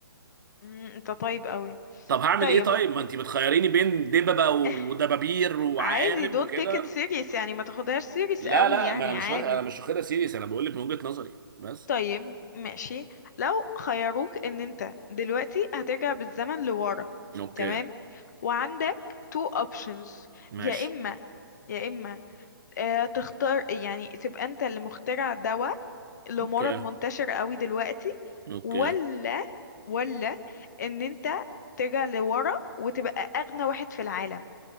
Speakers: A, on the left; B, on the right.
A: مم، انت طيب قوي
B: طب هعمل
A: طيب
B: ايه طيب ما انت بتخيريني بين دببه ودبابير
A: <laughs>
B: وعقارب
A: عادي don't
B: وكده
A: take it serious يعني ما تاخدهاش serious
B: لا
A: قوي
B: لا
A: يعني
B: ما انا
A: عادي
B: مش واخد انا مش واخدها سيريس انا بقول لك من وجهة نظري بس
A: طيب ماشي لو خيروك ان انت دلوقتي هترجع بالزمن لورا
B: اوكي
A: تمام وعندك تو اوبشنز
B: ماشي
A: يا اما يا اما آه تختار يعني تبقى انت اللي مخترع دواء لمرض
B: اوكي
A: منتشر قوي دلوقتي
B: اوكي
A: ولا ولا ان انت ترجع لورا وتبقى اغنى واحد في العالم